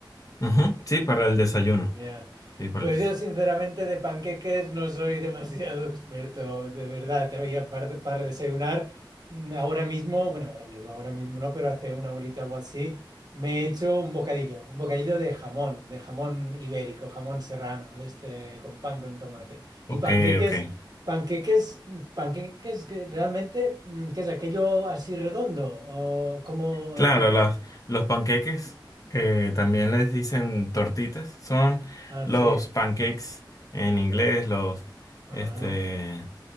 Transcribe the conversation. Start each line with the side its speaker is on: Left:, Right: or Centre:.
Left: Ujú, Sí, para el desayuno.
Right: Ya.
Left: Sí, para
Right: Pues
Left: el desayuno.
Right: yo sinceramente de panqueques no soy <laughs> demasiado experto, de verdad, te había par- para desayunar. mm, Ahora mismo, bueno, ahora mismo, ahora mismo no, pero hace una horita o así, me he hecho un bocadillo, un bocadillo de jamón, de jamón ibérico, jamón serrano, de este con pan con tomate. Y
Left: Ok,
Right: panqueques,
Left: ok.
Right: panqueques, mm, panqueques que realmente, mm, ¿qué es aquello así redondo? ¿O cómo
Left: Claro,
Right: explica?
Left: las, los panqueques eh, también les dicen tortitas. Son
Right: Ah,
Left: los
Right: sí.
Left: pancakes en inglés, los
Right: Ajá.
Left: este